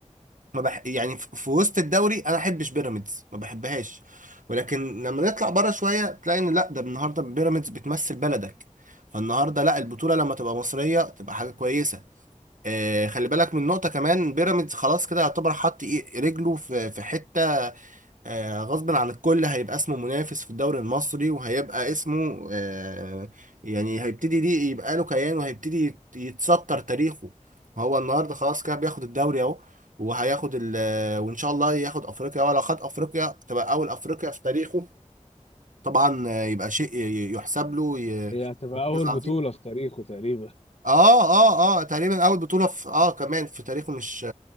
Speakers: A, on the right (about 80°); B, on the left (about 50°).
A: ما بح يعني ف- في وسط الدوري انا احبش بيراميدز ما بحبهاش ولكن لما نطلع بره شويه تلاقي ان لا ده النهارده بيراميدز بتمثل بلدك فالنهارده لا البطوله لما تبقى مصريه تبقى حاجه كويسه آه، خلي بالك من نقطة كمان بيراميدز خلاص كده يعتبر حط إيه- رجله في في حتة آه، غصب عن الكل هيبقى اسمه منافس في الدوري المصري وهيبقى اسمه آه، يعني هيبتدي دي يبقى له كيان وهيبتدي يت- يتسطر تاريخه هو النهارده خلاص كده بياخد الدوري اهو وهياخد ال آه، وان شاء الله ياخد افريقيا ولو خد افريقيا تبقى اول افريقيا في تاريخه طبعا آه، يبقى شيء ي- يحسب له ي-
B: هي هتبقى
A: إنجاز
B: أول
A: عظيم
B: بطولة في تاريخه تقريبا
A: اه اه اه تقريبا اول بطولة في اه كمان في تاريخه مش